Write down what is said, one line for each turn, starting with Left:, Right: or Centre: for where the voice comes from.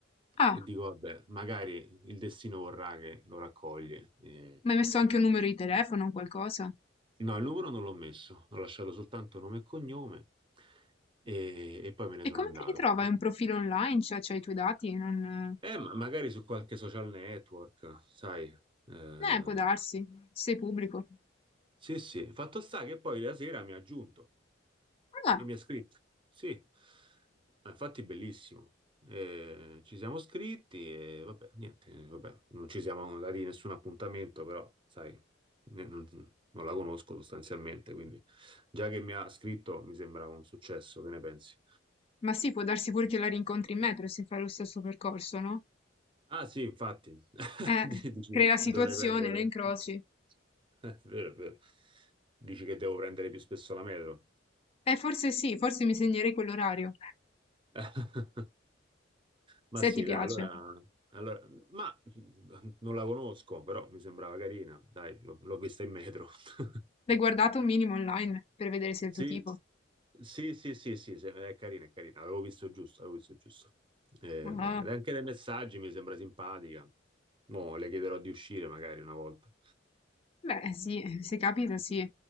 Left: Ah,
Right: e dico, vabbè, magari il destino vorrà che lo raccoglie. E-
Left: ma hai messo anche un numero di telefono o qualcosa?
Right: No, il numero non l'ho messo, ho lasciato soltanto nome e cognome e, e poi me ne
Left: E
Right: sono
Left: come
Right: andato.
Left: ti ritrova? Hai un profilo online? Cioè, c'hai i tuoi dati? Non...
Right: Eh, ma magari su qualche social network, sai, eh,
Left: Eh, può darsi, sei pubblico.
Right: Sì, sì, fatto sta che poi la sera mi ha aggiunto
Left: Ah,
Right: e mi ha scritto. Sì, Ma infatti bellissimo. Eh, ci siamo scritti e vabbè, niente, eh, vabbè, non ci siamo dati nessun appuntamento, però sai, ne- non, non la conosco sostanzialmente, quindi già che mi ha scritto mi sembra un successo, che ne pensi?
Left: ma sì, può darsi pure che la rincontri in metro se fai lo stesso percorso, no?
Right: Ah sì, infatti, <laughs>
Left: Eh,
Right: Dici,
Left: crei la
Right: dovrei
Left: situazione,
Right: prendere...
Left: la incroci.
Right: <laughs> È vero, è vero. Dici che devo prendere più spesso la metro?
Left: Eh, forse sì, forse mi segnerei quell'orario,
Right: <laughs> Ma
Left: se
Right: sì,
Left: ti piace.
Right: dai, allora, allora- ma mh, non la conosco, però mi sembrava carina. Dai, l'ho l'ho vista in metro. <laughs>
Left: L'hai guardato un minimo online per vedere se è
Right: Sì,
Left: il tuo tipo?
Right: sì, sì, sì, sì, se- è carina, è carina. Avevo visto giusto, avevo visto giusto. Eh,
Left: Ah,
Right: dai, Anche dai messaggi mi sembra simpatica. Mo' le chiederò di uscire magari una volta.
Left: beh, sì, se capita sì.